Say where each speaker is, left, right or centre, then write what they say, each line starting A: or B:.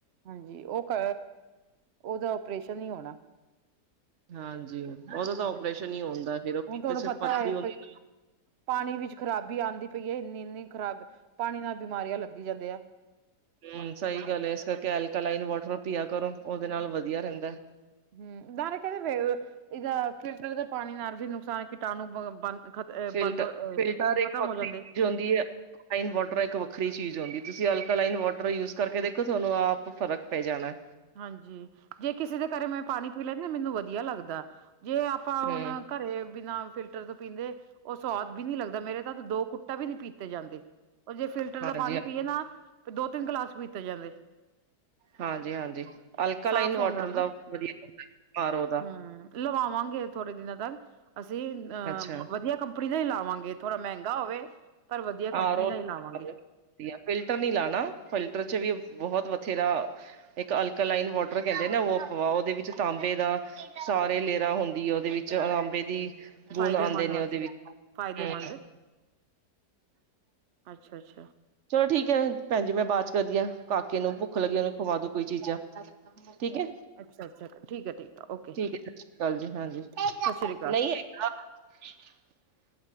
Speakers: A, on the right; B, on the right.
A: ਹਾਂਜੀ, ਉਹ ਕ ਉਹਦਾ ਓਪਰੇਸ਼ਨ ਹੀ ਹੋਣਾ।
B: ਹਾਂਜੀ। ਉਹਦਾ ਤਾਂ
A: ਹਾਂ
B: ਓਪਰੇਸ਼ਨ ਹੀ ਹੁੰਦਾ ਫਿਰ ਉਹ
A: ਹੁਣ
B: ਪਿੱਤ
A: ਤੁਹਾਨੂੰ
B: ਚ
A: ਪਤਾ
B: ਪੱਥਰੀ
A: ਹੈ
B: ਹੁੰਦੀ
A: ਪਾਣੀ ਵਿੱਚ ਖ਼ਰਾਬੀ ਆਉਂਦੀ ਪਈਏ ਇੰਨੀ ਇੰਨੀ ਖ਼ਰਾਬ ਪਾਣੀ ਨਾਲ ਬਿਮਾਰੀਆਂ ਲੱਗੀ ਜਾਂਦੇ ਆ।
B: ਹਮ ਸਹੀ ਗੱਲ ਹੈ ਇਸ ਕਰਕੇ ਅਲਕਲਾਈਨ ਵਾਟਰ ਪੀਆ ਕਰੋ, ਉਹਦੇ ਨਾਲ ਵਧੀਆ ਰਹਿੰਦਾ।
A: ਹਮ ਦਾਰ ਕਹਦੇ ਇਹਦਾ ਫਿਲਟਰ ਦੇ ਪਾਣੀ ਨਾਲ ਵੀ ਨੁਕਸਾਨ ਕੀਟਾਣੂ ਬੰਦ ਖਤ
B: ਫਿਲਟਰ
A: ਬੰਦ
B: ਫਿਲਟਰ ਇੱਕ
A: ਖਤਮ
B: ਵੱਖਰੀ
A: ਹੋ ਜਾਂਦੇ।
B: ਚੀਜ਼ ਹੁੰਦੀ ਐ। ਫਾਈਨ ਵਾਟਰ ਇੱਕ ਵੱਖਰੀ ਚੀਜ਼ ਹੁੰਂਦੀ, ਤੁਸੀਂ ਲ ਲਾਈਨ ਵਾਟਰ ਯੂਜ ਕਰਕੇ ਦੇਖੋ ਤੁਹਾਨੂੰ ਆਪ ਫ਼ਰਕ ਪੈ ਜਾਣਾ।
A: ਹਾਂਜੀ, ਜੇ ਕਿਸੇ ਦੇ ਘਰੇ ਮੈਂ ਪਾਣੀ ਪੀ ਲੈਂਣੀ ਨਾ ਮੈਨੂੰ ਵਧੀਆ ਲੱਗਦਾ। ਜੇ ਆਪਾਂ
B: ਹਮ
A: ਹੁਣ ਘਰੇ ਬਿਨਾਂ ਫਿਲਟਰ ਤੋਂ ਪੀਂਦੇ ਉਹ ਸਵਾਦ ਵੀ ਨੀ ਲੱਗਦਾ। ਮੇਰੇ ਤਾਂ ਦੋ ਕੁੱਟਾ ਵੀ ਨੀ ਪੀਤੇ ਜਾਂਦੇ। ਉਹ ਜੇ ਫਿਲਟਰ
B: ਹਾਂਜੀ
A: ਦਾ ਪਾਣੀ ਪੀਏ ਨਾ ਤੇ ਦੋ ਤਿੰਨ ਗਿਲਾਸ ਪੀਤੇ ਜਾਂਦੇ।
B: ਹਾਂਜੀ-ਹਾਂਜੀ, ਅਲਕਾਲਈਨ
A: ਸਾਫ਼
B: ਵਾਟਰ
A: ਹੁੰਦਾ ਨਾ।
B: ਦਾ ਵਧੀਆ ਦਾ ਆ ਰਓ ਦਾ।
A: ਹੂੰ ਲਵਾਵਾਂਗੇ ਥੋੜੇ ਦਿਨਾਂ ਤੱਕ ਅਸੀਂ ਅਹ
B: ਅੱਛਾ
A: ਵਧੀਆ ਕੰਪਨੀ ਦਾ ਹੀ ਲਾਵਾਂਗੇ, ਥੋੜ੍ਹਾ ਮਹਿੰਗਾ ਹੋਵੇ। ਪਰ ਵਧੀਆ
B: ਆਰ
A: ਕੰਪਨੀ
B: ਓ
A: ਦਾ ਹੀ ਲਾਵਾਂਗੇ।
B: ਵਧੀਆ, ਫਿਲਟਰ ਨੀ ਲਾਣਾ। ਫਿਲਟਰ ਚ ਵੀ ਬਹੁਤ ਉੱਥੇ ਦਾ ਇੱਕ ਅਲਕਾਲਈਨ ਵਾਟਰ ਕਹਿੰਦੇ ਨਾ ਪਵਾ ਉਹਦੇ ਵਿੱਚ ਤਾਂਬੇ ਦਾ ਸਾਰੇ ਲੇ ਹੁੰਦੀ ਹੈ ਉਹਦੇ ਵਿੱਚ ਤਾਂਬੇ ਦੀ ਗੁਣ
A: ਫਾਇਦੇਮੰਦ
B: ਆਉਂਦੇ
A: ਵਾਸਤੇ
B: ਨੇ ਉਹਦੇ ਵਿੱਚ
A: ਫਾਇਦੇਮੰਦ
B: ਹਮ
A: ਅੱਛਾ-ਅੱਛਾ।
B: ਚਲੋ ਠੀਕ ਹੈ ਭੈਣ ਜੀ, ਮੈਂ ਬਾਅਦ ਚ ਕਰਦੀਆਂ ਕਾਕੇ ਨੂੰ ਭੁੱਖ ਲੱਗੀ ਉਹਨੂੰ ਖਵਾ ਦੋ ਕੋਈ ਚੀਜ਼ਾਂ, ਠੀਕ ਹੈ।
A: ਅੱਛਾ-ਅੱਛਾ ਠੀਕ ਹੈ ਠੀਕ ਹੈ ਓਕੇ
B: ਠੀਕ ਹੈ ਸਤਿ ਸ੍ਰੀ ਅਕਾਲ ਜੀ ਹਾਂਜੀ
A: ਸਤਿ ਸ੍ਰੀ ਅਕਾਲ।
B: ਨਹੀਂ <inaudible>